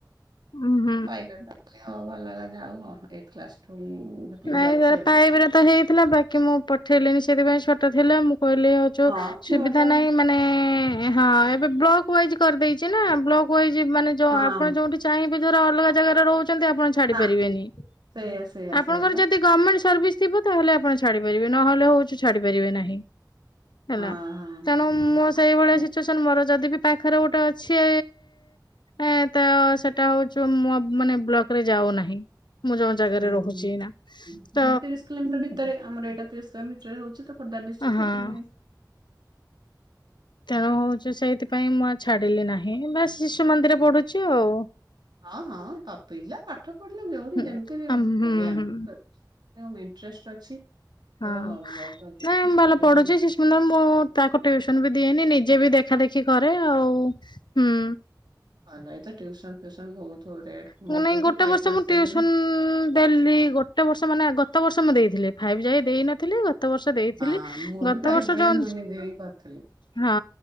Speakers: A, on the left; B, on the right.
A: ହୁଁ।
B: ପାଇବା ଭଲ ହେଲାନି ଆଉ ଏଇଟି କ୍ଲାସ। ଠୁ ମୁଁ ସେଥିପାଇଁ
A: ନାଇଁ
B: ଯାଉଛି
A: ତାର
B: ଆଉ।
A: ପାଇବାର ତ ହେଇଥିଲା। ବାକି ମୁଁ ପଠେଇଲିନି ସେଥିପାଇଁ ଛୋଟ ଥିଲା ମୁଁ କହିଲି ଆଉ। ଯୋଉ
B: ହଁ ଝିଅ
A: ସୁବିଧା
B: ଟା
A: ନାହିଁ ମାନେ। ହଁ ଏବେ ବ୍ଲକ ୱାଇଜ୍ କରିଦେଇଛି ନା ବ୍ଲକ୍ ୱାଇଜ୍ ମାନେ ଯଉ
B: ହଁ
A: ଆପଣ ଯୋଉଠି ଚାହିଁବେ। ଧର ଅଲଗା ଜାଗାରେ ରହୁଛନ୍ତି ଆପଣ ଛାଡି
B: ନା
A: ପାରିବେନି।
B: ସେଇଆ। ସେଇଆ
A: ଆପଣଙ୍କର
B: ସେଇଆ ପା
A: ଯଦି ଗର୍ଣ୍ଣମେଣ୍ଟ ସର୍ଭିସ ଥିବ ତାହେଲେ ଆପଣ ଛାଡ଼ି ପାରିବେ ନହେଲେ ହଉଛି ଛାଡି ପାରିବେ ନାହିଁ। ହେଲା
B: ହଁ ହଁ
A: ତେଣୁ
B: ହଁ।
A: ମୋ ସେଇଭଳିଆ
B: ହୁଁ
A: ସିଚୁଏସନ ମୋର ଯଦି ବି ପାଖରେ ଗୋଟେ ଅଛି। ଏ ତ ସେଟା ହଉଚି ମୋରମାନେ ବ୍ଲକ ରେ ଯାଉନାହିଁ। ମୁଁ ଯୋଉ ଜାଗାରେ ରହୁଛି।
B: ହୁଁ ତିରିଶ
A: ଏଇନା ତ
B: କିଲୋମିଟର ଭିତରେ। ଆମର ଏଇଟା ତିରିଶ କିଲୋମିଟରରେ ହଉଛି ତ। ଖୋର୍ଦ୍ଧା ଡିଷ୍ଟିକ
A: ହଁ
B: ସେଥିପାଇଁ।
A: ତେଣୁ ହଉଛି ସେଇଥିପାଇଁ ମୁଁ ଆ ଛାଡିଲି ନାହିଁ। ବାସ ଶିଶୁ ମନ୍ଦିରେ ପଢୁଛି ଆଉ।
B: ହଁ ହଁ ପିଲା ପାଠ ପଢିଲା ଯୋଉଠି
A: ହୁଁ
B: ଯେମିତି ବି
A: ଆମ୍ ହୁଁ
B: ବଢିଆ।
A: ହୁଁ।
B: ତାଙ୍କ ଇଣ୍ଟରେଷ୍ଟ ଅଛି। ତ
A: ହଁ
B: ବହୁତ କିଛି
A: ନାଇଁ ମୁଁ
B: ସେଇଥିରେ
A: ଭଲ ପଢୁଛି।
B: ବି ହଁ
A: ଶିଶୁ ମନ୍ଦିର ମୁଁ ତାକୁ ଟିଉସନ ବି ଦିଏନି ନିଜେ ବି ଦେଖେ। ଦେଖା ଦେେଖି କରେ ଆଉ ହୁଁ।
B: ହଁ ନାଇଁ ତ ଟୁସନ ଫିୟୁସନ ବହୁତବଢିଆ ଏଠି
A: ହୁଁ
B: ମୋ
A: ନାଇଁ
B: ପୁଅ
A: ଗୋଟେ
B: ଫାଇଭି
A: ବର୍ଷ
B: କ୍ଲାସ
A: ମୁଁ ଟିଉସନ
B: ପଯ୍ୟନ୍ତ।
A: ଦେଲି ଗୋଟେ ବର୍ଷ ମାନେଗତ ବର୍ଷ ମୁଁ ଦେଇଥିଲି। ଫାଇଭ୍ ଯାକେ ଦେଇନଥିଲି। ଗତବର୍ଷ ଦେଇଥିଲି
B: ହଁ ମୁଁ
A: ଗତ
B: ବି ଫାଇଭ
A: ବର୍ଷ
B: ପର୍ଯ୍ୟନ୍ତ
A: ଯୋଉ
B: ମୁଁ ନିଜେ ହିଁ କରିଥିଲି।
A: ହଁ